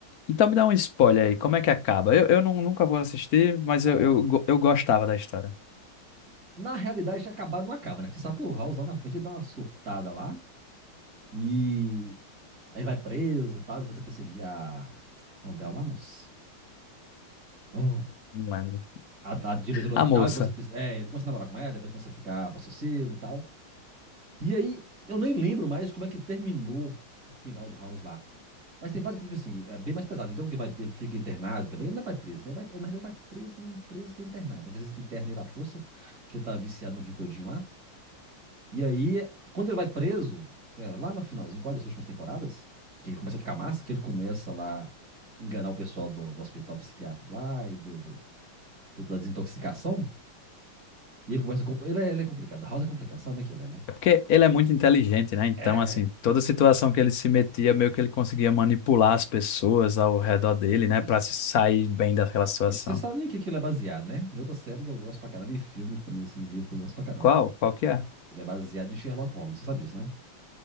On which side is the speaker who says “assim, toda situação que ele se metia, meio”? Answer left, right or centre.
Left